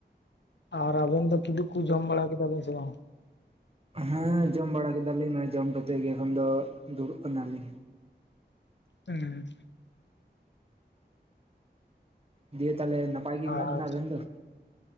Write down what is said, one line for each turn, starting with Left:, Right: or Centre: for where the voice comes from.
Left: ᱟᱨ ᱟᱵᱮᱱ ᱫᱚ ᱠᱤᱫᱩᱵ ᱠᱚ ᱡᱚᱢ ᱵᱟᱲᱟ ᱠᱮᱫᱟ ᱵᱮᱱ ᱥᱮ ᱵᱟᱝ?
Right: ᱦᱮᱸ ᱡᱚᱢ ᱵᱟᱲᱟ ᱠᱮᱫᱟᱞᱤᱧ ᱱᱚᱭ ᱡᱚᱢ ᱠᱟᱛᱮᱫ ᱜᱮ ᱮᱠᱷᱚᱱ ᱫᱚ ᱫᱩᱲᱩᱵ ᱠᱟᱱᱟᱞᱤᱧ᱾
Left: ᱦᱮᱸ
Right: ᱫᱤᱭᱮ ᱛᱟᱦᱚᱞᱮ ᱱᱟᱯᱟᱭ ᱜᱮ ᱢᱮᱱᱟᱜ
Left: ᱟᱨ
Right: ᱵᱮᱱᱟ ᱟᱵᱮᱱ ᱫᱚ